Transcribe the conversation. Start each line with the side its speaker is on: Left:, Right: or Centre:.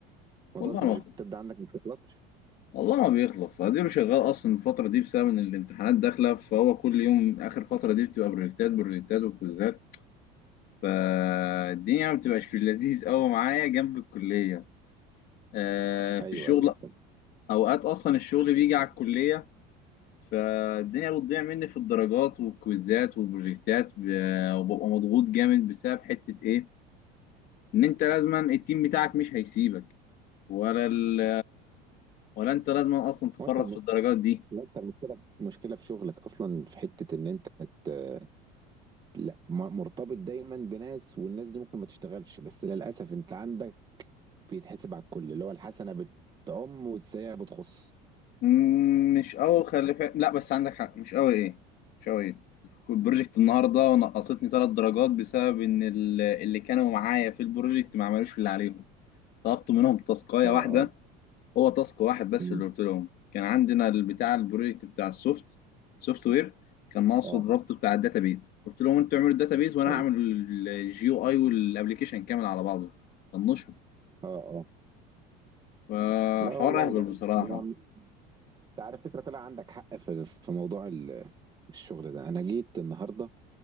Right: موضوع
Left: والله
Right: البروجكتات
Left: ما
Right: ده عندك ما بتخلصش
Left: والله ما بيخلص اديله شغال اصلا الفترة دي بسبب ان الامتحانات داخلة فهو كل يوم اخر فترة دي بتبقى بروجكتات بروجكتات وكويزات فالدنيا ما بتبقاش في اللذيذ قوي معايا جنب الكلية آه، في
Right: ايوه
Left: الشغل
Right: ايوه فاهم
Left: أوقات أصلا الشغل بيجي على الكلية فالدنيا بتضيع مني في الدرجات والكويزات والبروجكتات ب- وببقى مضغوط جامد بسبب حتة إيه؟ إن أنت لازما التيم بتاعك مش هيسيبك ولا ال ولا أنت لازما أصلا تفرط
Right: هو انت الم-
Left: في الدرجات دي
Right: هو انت المشكله مشكله في شغلك اصلا في حته ان انت ت- لا م- مرتبط دايما بناس والناس دي ممكن ما تشتغلش بس للاسف انت عندك بيتحسب على الكل اللي هو الحسنة بتعم والسيئة بتخص
Left: مم، مش قوي خلي فا... لا بس عندك حق مش قوي ايه مش قوي ايه البروجكت النهارده نقصتني ثلاث درجات بسبب ان ال- اللي كانوا معايا في البروجكت ما عملوش اللي عليهم طلبت منهم تاسكايه
Right: اه
Left: واحده
Right: اه
Left: هو تاسك واحد بس
Right: مم.
Left: اللي قلت لهم كان عندنا البتاع البروجكت بتاع السوفت سوفت وير كان ناقصه
Right: اه
Left: الربط بتاع الداتابيز قلت لهم انتوا اعملوا الداتابيز وانا
Right: ايوه
Left: هعمل الجيو اي والابلكيشن كامل على بعضه طنشوا
Right: اه اه
Left: فحوار
Right: لا والله
Left: اهبل
Right: ده
Left: بصراحه
Right: ده أنا- انت عارف فكرة طلع عندك حق في في موضوع ال- الشغل ده انا جيت النهاردة